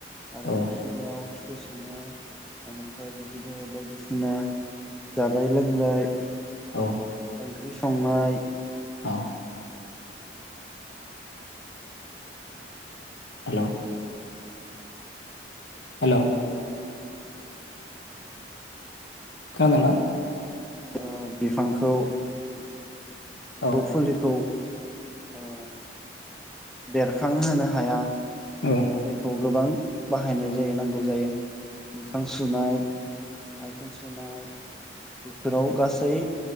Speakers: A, in the centre; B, on the left.
A: आरो
B: औ
A: खिनाइयाव सोनाय एनिफ्राय बिदिनो बायदिसिना जानाय लोंनाय
B: औ
A: ओंख्रि संनाय
B: औ हेलऔ हेल खोनादोंना
A: ओ बिफांखौ
B: औ
A: बुफुलिखौ ओ बेरखांहोनो हाया बिदिनो
B: औ
A: दैखौ गोबां बाहायनाय जायो नांगौ जायो मोखां सुनाय आथिं सुनाय बेफोराव गासै